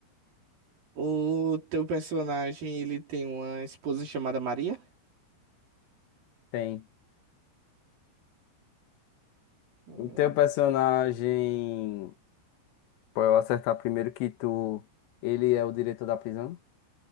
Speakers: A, on the right (about 50°); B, on the left (about 70°).
A: O teu personagem, ele tem uma esposa chamada Maria?
B: Tem.
A: Hum,
B: O teu personagem, pra eu acertar primeiro que tu, ele é o diretor da prisão?